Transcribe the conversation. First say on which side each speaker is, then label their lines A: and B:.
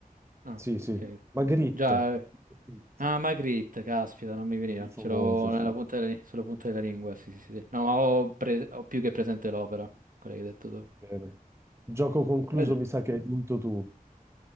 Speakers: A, on the right; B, on the right.
A: ah,
B: Sì, sì.
A: ok.
B: Magritte,
A: Quindi Già.
B: Magritte,
A: Ah, Magritte, caspita, non mi veniva.
B: il più famoso,
A: Ce l'ho
B: sì.
A: nella punta della, sulla punta della lingua, sì, sì, sì. sì. No, ma ho, pre- ho più che presente l'opera, quella che hai detto tu.
B: Bene. Gioco concluso,
A: Guarda.
B: mi sa che hai vinto tu.